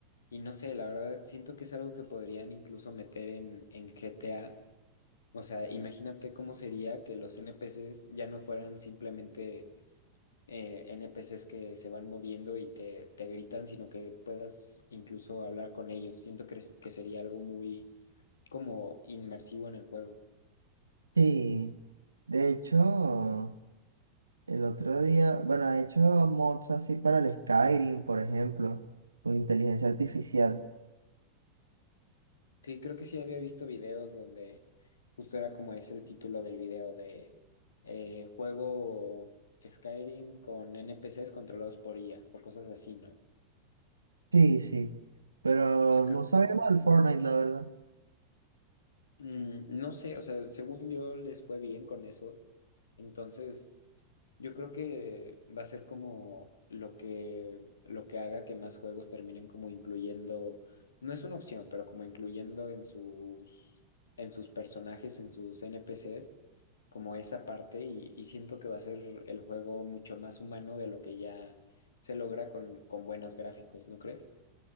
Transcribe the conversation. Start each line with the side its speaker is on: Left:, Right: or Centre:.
Left: Y no sé, la verdad siento que es algo que podrían incluso meter en, en GTA o sea, imagínate cómo sería que los NPCs ya no fueran simplemente eh, NPCs que se van moviendo y te, te gritan, sino que puedas incluso hablar con ellos. Siento que, es- que sería algo muy como inmersivo en el juego.
Right: sí. De hecho, el otro día, bueno, he hecho mods así para el Skyrim, por ejemplo, con inteligencia artificial.
Left: Que creo que sí había visto videos donde justo era como es el título del video de eh, juego Skyrim con NPCs controlados por IA o cosas así, ¿no? O
Right: Sí, sí. Pero
Left: sea, creo
Right: no sabía
Left: que
Right: mal Fortnite, la verdad.
Left: Mm, no sé, o sea, según yo les fue bien con eso. Entonces, yo creo que va a ser como lo que, lo que haga que más juegos terminen como incluyendo, no es una opción, pero como incluyendo en sus, en sus personajes, en sus NPCs, como esa parte y, y siento que va a ser el juego mucho más humano de lo que ya se logra con, con buenos gráficos, ¿no crees?